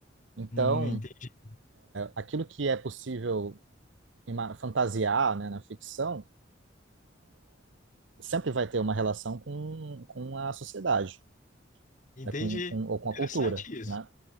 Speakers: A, on the right; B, on the left.
A: Então,
B: Hum, entendi.
A: aquilo que é possível ima- fantasiar, né, na ficção sempre vai ter uma relação com, com a sociedade,
B: Entendi.
A: né, com, com, ou com
B: Interessante
A: a cultura,
B: isso.
A: né?